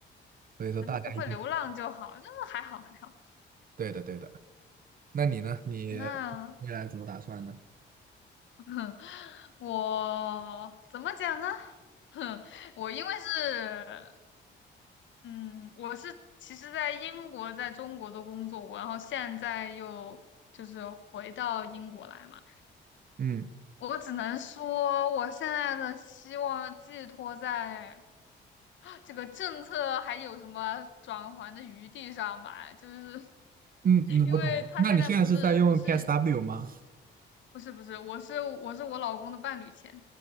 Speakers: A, on the right (about 45°); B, on the left (about 70°).
A: 所以说大家一定
B: 反正不会流浪就好，就是还好还好。
A: 对的，对的。那你呢？你
B: 那
A: 未来怎么打算呢？
B: <laughs> 我怎么讲呢？<laughs> 哼，我因为是嗯，我是其实在英国、在中国都工作过，然后现在又就是回到英国来嘛。
A: 嗯
B: 我只能说，我现在的希望寄托在这个政策还有什么转圜的余地上吧，就是
A: 嗯嗯，
B: <laughs> 因为他现在不是不是
A: 我懂了。那你现在是在用 PSW 吗？
B: 不是不是，我是我是我老公的伴侣签，